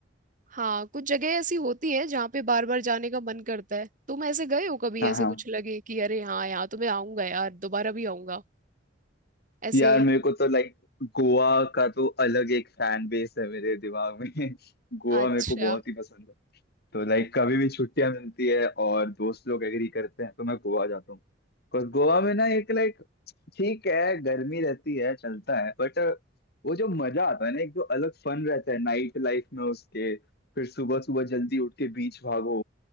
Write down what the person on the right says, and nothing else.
हाँ कुछ जगह ऐसी होती है जहाँ पे बार बार जाने का मन करता है तुम ऐसे गए हो कभी
ऐसे
कुछ लगे कि अरे हाँ यहाँ तो मैं आऊंगा यार दोबारा भी आऊंगा ऐसे
अच्छा
ओ,